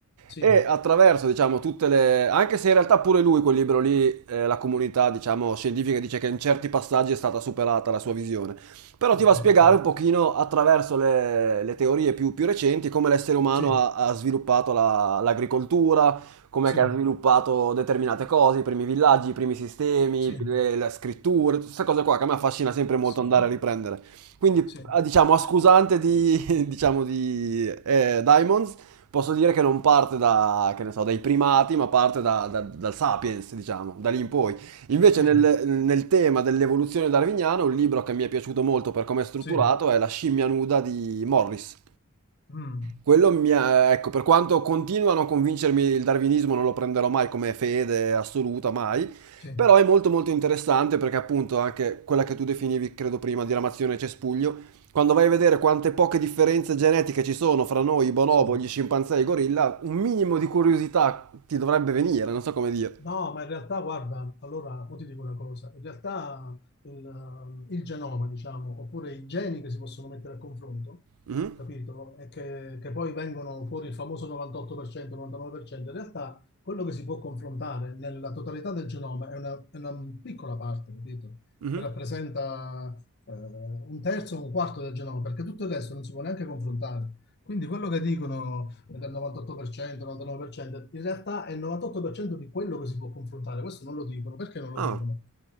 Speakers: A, on the left; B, on the right.
A: sì,
B: e attraverso, diciamo, tutte le... anche se in realtà pure lui, quel libro lì, eh, la comunità, diciamo, scientifica dice che in certi passaggi è stata superata la sua visione, però
A: ok,
B: ti va a spiegare
A: ok,
B: un pochino attraverso le, le teorie più, più recenti come l'essere umano
A: sì,
B: ha, ha sviluppato la- l'agricoltura, come
A: sì,
B: che ha sviluppato determinate cose, i primi villaggi, i primi sistemi,
A: sì,
B: le, le scritture, tutte queste cose qua che a me affascina sempre molto
A: sì,
B: andare a riprendere. Quindi,
A: sì,
B: a- diciamo,
A: sì,
B: a scusante di, <laughs> diciamo, di eh, Diamonds, posso dire che non parte da, che ne so, dai primati, ma parte da- da- dal sapiens, diciamo, da lì in poi. Invece
A: sì,
B: nel,
A: sì,
B: nel tema dell'evoluzione darwiniana, un libro che mi è piaciuto molto per come è strutturato
A: sì,
B: è La scimmia nuda di Morris.
A: Mm,
B: Quello mi ha, ecco, per quanto continua a non convincermi il darwinismo, non lo prenderò mai come fede assoluta, mai,
A: sì,
B: però è molto molto interessante perché appunto anche quella che tu definivi, credo prima, diramazione cespuglio, quando vai a vedere quante poche differenze genetiche ci sono fra noi, i bonobo,
A: sì.
B: gli scimpanzé e i gorilla, un minimo di curiosità ti dovrebbe venire, non so come dire.
A: No, ma in realtà, guarda, allora, poi ti dico una cosa, in realtà il, ehm, il genoma, diciamo, oppure i geni che si possono mettere a confronto,
B: Mhm,
A: capito? E che, che poi vengono fuori il famoso 98%, 99%, in realtà quello che si può confrontare nella totalità del genoma è una, è una piccola parte, capito?
B: mhm.
A: Che rappresenta eh, un terzo o un quarto del genoma, perché tutto il resto non si può neanche confrontare. Quindi quello che dicono del 98%, 99%, in realtà è il 98% di quello che si può confrontare. Questo non lo dicono. Perché non lo
B: Ah.
A: dicono?